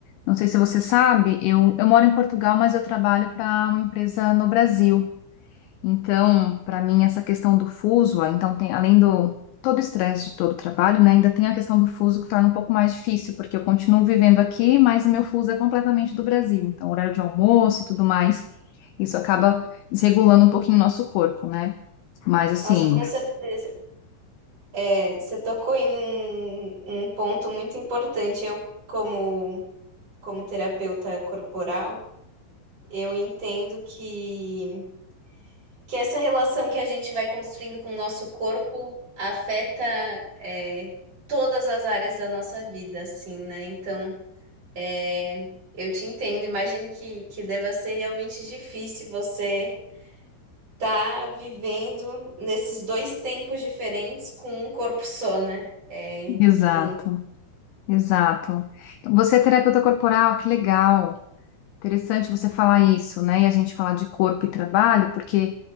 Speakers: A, on the left; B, on the right.
A: não sei se você sabe, eu, eu moro em Portugal, mas eu trabalho para uma empresa no Brasil. Então, para mim, essa questão do fuso, ah, então tem, além do todo o estresse de todo o trabalho, né, ainda tem a questão do fuso que torna um pouco mais difícil, porque eu continuo vivendo aqui, mas o meu fuso é completamente do Brasil. Então, horário de almoço e tudo mais, isso acaba desregulando um pouquinho o nosso corpo, né? Mas assim,
B: nossa, com certeza. É, você tocou em um um ponto muito importante. Eu, como, como terapeuta corporal, eu entendo que, que essa relação que a gente vai construindo com o nosso corpo afeta, é, todas as áreas da nossa vida, assim, né? Então, é, eu te entendo. Imagino que, que deva ser realmente difícil você estar vivendo nesses dois tempos diferentes com um corpo só, né? É, enfim.
A: exato, exato. Então, você é terapeuta corporal, que legal. Interessante você falar isso, né? E a gente falar de corpo e trabalho, porque